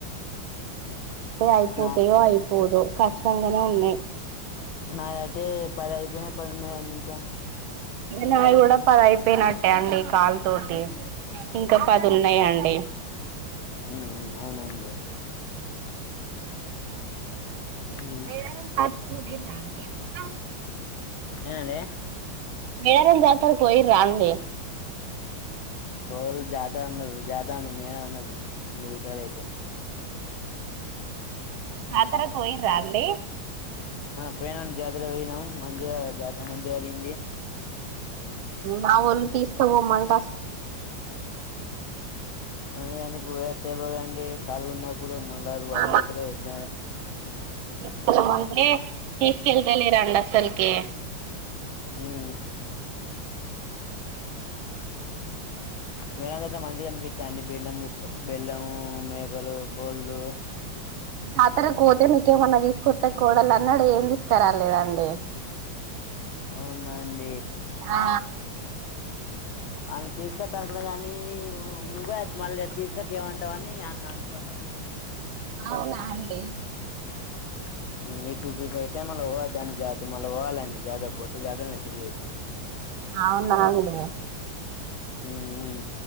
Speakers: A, on the right; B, on the left.
A: అయిపోతేయో
B: నా
A: అయిపోదు కష్టంగానే అన్ని
B: నాయయితే పది అయిపోయి పదున్నాయండి ఇంకా
A: నాయి కూడా పది అయి అయిపోయినట్టే అండి కాలు తోటి ఇంకా పది ఉన్నాయండి.
B: మ్మ్ మ్మ్ అవునండి
A: <unintelligible>
B: మ్మ్ ఏండి
A: మేళారం జాతర పోయిర్రా అండి
B: కాదు జాత అన్నారు జాతా అ మే అన్న మళ్ళ రకాలు అయితే
A: ఆ జతరకు పోయిరా అండి
B: పోయినా జాతర పోయినాం మంచిగా జాతర మంచిగా జరింగింది
A: నా ఒల్ తీస్ కుపోమన్
B: అందు కాని పోయ తె బోగా ఇ కాలగున్ ఇప్పుడు మళ్ళారు
A: మా
B: వరుపోత్ర ఎజ
A: <unintelligible> <unintelligible> తీసుకెళ్తలే ఎండ అసల్కె
B: మ్ మేడం కా మంచిగా కనిపించా అండి బెల్లము బెల్లము మేకలు కోళ్ళు
A: జాతర కోతే నీకేమన్నా తీసుకొస్తా కోడలా అన్నాడు ఏం తీసుకురాలేదండి
B: అవునండి
A: ఆ
B: ఆమె తీసుకత్తాదికున్నా గాని నువ్వే మళ్ళీ తీసుకచ్చి ఇయ్యమంటావు అని అనుకోలేదండి.
A: అవునా అండి
B: <unintelligible>
A: అవునా అండి
B: మ్మ్ హ్మ్